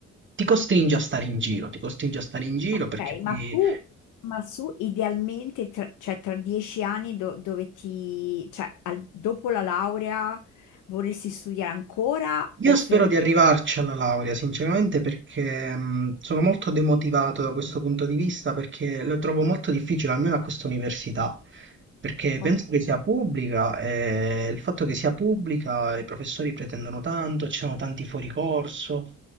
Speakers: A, on the right; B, on the left.
A: ti costringe a stare in giro, ti costringe a stare in giro
B: Ok,
A: perché poi
B: ma tu, ma su idealmente, tra, cioè tra dieci anni do- dove ti, cioè al- dopo la laurea vorresti studiare ancora
A: Io
B: o
A: spero
B: fermare?
A: di arrivarci alla laurea, sinceramente, perché mh, sono molto demotivato da questo punto di vista, perché lo trovo molto difficile, almeno a questa università, perché
B: Ok,
A: penso che sia pubblica e il fatto che sia pubblica, i professori pretendono tanto, ci sono tanti fuori corso